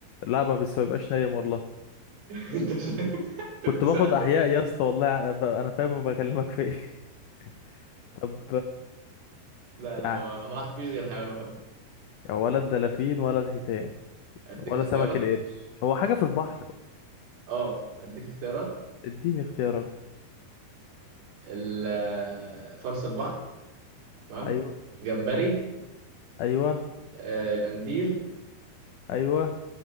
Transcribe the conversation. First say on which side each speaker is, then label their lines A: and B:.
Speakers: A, on the left; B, on the right.
A: لا ما بس- ما بيبقاش نايم والله
B: كنت <laughs> انت
A: كنت
B: كنت
A: باخد
B: سألته؟
A: احياء يا اسطى والله ع- انا فاهم أنا فاهم بكلمك في ايه <laughs> طب
B: لا لا
A: يعني
B: هو هو واحد مفيش غير حيوان واحد بس
A: ولا الدلافين ولا الحيتان
B: اديك
A: ولا
B: اختيارات
A: سمك القرش هو حاجة في البحر
B: اه اديك اختيارات
A: اديني اختيارات
B: ال- فرس البحر تمام
A: ايوه
B: جمبري
A: ايوه
B: آه، القنديل
A: ايوه